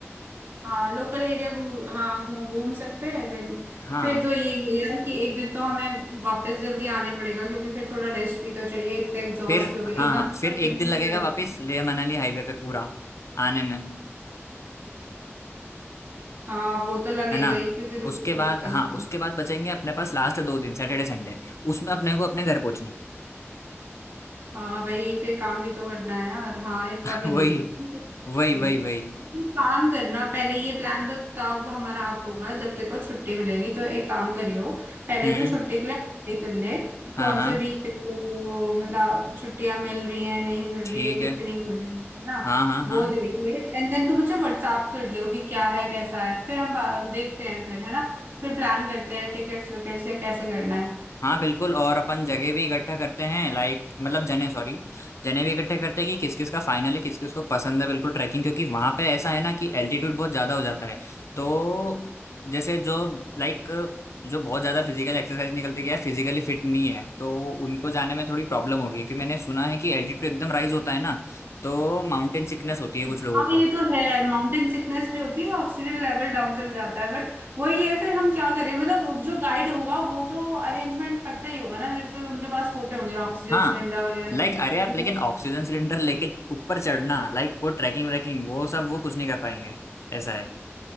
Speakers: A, on the right (about 55°); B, on the left (about 80°).
A: हाँ लोकल एरिया घू, हाँ घूम घूम सकते हैं देन
B: हाँ
A: फिर तो यही है यार कि एक दिन तो हमें वापस जल्दी आने पड़ेगा क्योंकि फिर थोड़ा रेस्ट भी तो चाहिए इतने एग्जॉस्ट
B: फिर
A: भी हो गए
B: हाँ
A: एकदम
B: हाँ,
A: से
B: फिर
A: अगले
B: एक
A: दिन
B: दिन लगेगा
A: नहीं जाना
B: वापस
A: है।
B: लेह
A: <laughs>
B: मनाली हाईवे पे पूरा आने में
A: हाँ वो तो लगेगा
B: है ना
A: ही क्योंकि रूट
B: उसके
A: तो
B: बाद
A: लगता ही
B: हाँ
A: है, हाँ
B: उसके बाद बचेंगे अपने पास लास्ट दो दिन सैटरडे संडे उसमें अपने को अपने घर पहुंचना है
A: हाँ वही फिर काम भी तो करना है यार हाँ इतना भी
B: वही
A: नहीं ठीक है।
B: वही वही
A: भाई
B: वही
A: तो एक काम करना पहले ये प्लान तो तब हमारा आप होगा जब तेरे को छुट्टी मिलेगी तो एक काम करियो पहले
B: हम्म
A: तो छुट्टी के लिए apply कर ले
B: हाँ
A: कौन
B: हाँ
A: से वीक तेरे को मतलब छुट्टियां मिल रही हैं नहीं मिल
B: ठीक
A: रही है कितनी
B: है
A: मिल रही है है ना
B: हाँ हाँ हाँ
A: वो देख ले एंड देन तू मुझे व्हाट्सअप कर लियो कि क्या है कैसा है फिर हम बा- देखते हैं फिर है ना फिर प्लान करते हैं टिकट्स विकेट्स या कैसे करना है
B: हाँ बिल्कुल और अपन जगह भी इकट्ठा करते हैं लाइक मतलब जने सॉरी जने भी इकट्ठे करते हैं कि किस किस का फाइनल है किस किस को पसंद है बिल्कुल ट्रैकिंग क्योंकि वहां पे ऐसा है ना कि एल्टीट्यूड बहुत ज्यादा हो जाता है तो जैसे जो लाइक जो बहुत ज्यादा फिजिकल एक्सरसाइज निकलते क्या है फिजिकली फिट नहीं है तो उनको जाने में थोड़ी प्रॉब्लम होगी क्योंकि मैंने सुना है कि एल्टीट्यूड एकदम राइज होता है ना तो माउंटेन सिकनेस होती है कुछ
A: हाँ
B: लोगों को
A: ये तो है माउंटेन सिकनेस भी होती है ऑक्सीजन लेवल डाउन चल जाता है बट वही है फिर हम क्या करें मतलब वो जो गाइड होगा वो तो अरेंजमेंट करता ही होगा ना जैसे उनके पास होते होंगे ऑक्सीजन
B: हाँ
A: सिलेंडर वगैरह
B: लाइक
A: ये सब
B: अरे
A: चीजें
B: यार लेकिन
A: तो
B: ऑक्सीजन सिलेंडर लेके ऊपर चढ़ना लाइक वो ट्रैकिंग व्रैकिंग वो सब वो कुछ नहीं कर पाएंगे ऐसा है